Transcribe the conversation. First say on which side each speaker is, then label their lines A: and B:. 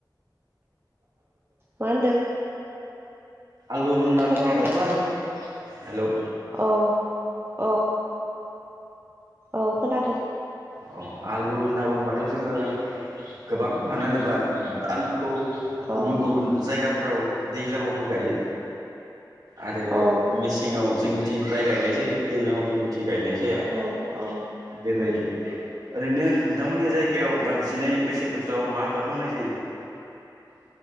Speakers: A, on the right (about 30°); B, on the right (about 55°).
A: मा होनदों।
B: आलु होनना
A: खोनायाखै
B: बुंङोबाथ' आलु हेल'
A: औ औ औ खोनादों
B: अ आलु होनना बुंबाथ जोङो गोबां मानो होनोबा आलु
A: औ
B: गुबुन गुबुन जायगाफ्राव दैज्लांआव बो गायो। आरो
A: औ
B: मेसेंआव जोंनि मिथिनिफ्राय गायनाय जायो दैज्लांआव जों निथि गायनाय जाया
A: औ औ
B: बेबायदि
A: उम
B: ओरैनो नोंथांमोननि जायगायाव बांसिनै मेसें बोथोराव मा बाद मावनाय जायो